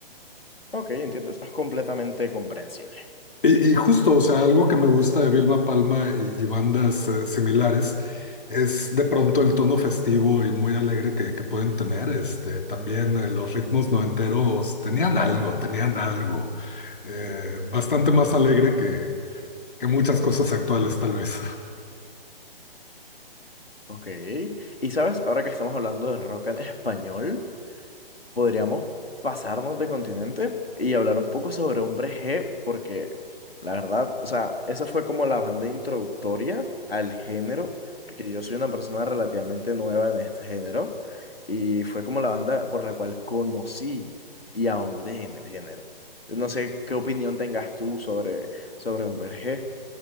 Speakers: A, on the left (about 75°); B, on the left (about 60°).
A: Ok, entiendo. Eso es completamente comprensible.
B: Y, y justo, o sea, algo que me gusta de Vilma Palma y, y bandas eh, similares es de pronto el tono festivo y muy alegre que, que pueden tener. Este, también eh, los ritmos noventeros tenían algo, tenían algo eh, bastante más alegre que, que muchas cosas actuales, tal vez.
A: Ok. Y sabes, ahora que estamos hablando de rock en español, podríamos pasarnos de continente y hablar un poco sobre Hombre G, porque la verdad, o sea, esa fue como la banda introductoria al género, porque yo soy una persona relativamente nueva en este género y fue como la banda por la cual conocí y ahondé en el género. No sé qué opinión tengas tú sobre, sobre Hombre G,